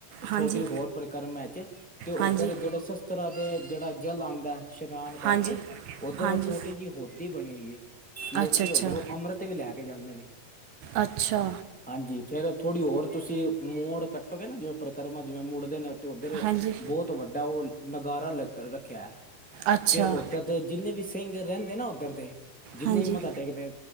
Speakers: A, on the right (about 85°); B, in the centre.
A: ਹਾਂਜੀ
B: ਛੋਟੀ ਹੋਰ ਪਰਕਰਮ ਚ ਤੇ ਉੱਧਰ
A: ਹਾਂਜੀ
B: ਜਿਹੜੇ ਸਸ ਤਰਾ ਦੇ ਜੇੜਾ ਜਲ ਆਂਦੈ ਇਸ਼ਨਾਨ ਕਰਕੇ,
A: ਹਾਂਜੀ
B: ਓਧਰ
A: ਹਾਂਜੀ
B: ਓ ਛੋਟੀ ਜੇ ਹੋਦੀ ਬਣੀ ਉਈ ਐ। ਲੋਕੀ
A: ਅੱਛਾ ਅੱਛਾ
B: ਓਧਰੋ ਅੰਮ੍ਰਿਤ ਵੀ ਲੈ ਕੇ ਜਾਂਦੇ ਨੇ।
A: ਅੱਛਾ।
B: ਹਾਂਜੀ ਫਿਰ ਥੋੜੀ ਹੋਰ ਤੁਸੀਂ ਮੋਡ ਕੱਟੋਗੇ ਨਾ ਜਿਵੇਂ ਪਰਿਕਰਮਾ ਜਿਵੇਂ ਮੋੜਦੇ ਨੇ ਤੇ ਓਧਰ
A: ਹਾਂਜੀ
B: ਬੋਤ ਵੱਡਾ ਓ ਨਗਾਰਾ ਰੱਖੇਐ
A: ਅੱਛਾ
B: ਤੇ ਓਧਰ ਤੇ ਜਿੰਨੇ ਵੀ ਸਿੰਘ ਰੈਂਦੇ ਨਾ ਓਦਰਦੇ, ਜਿੰਨੇ
A: ਹਾਂਜੀ
B: ਮਤਾ ਟੇਕਦੇ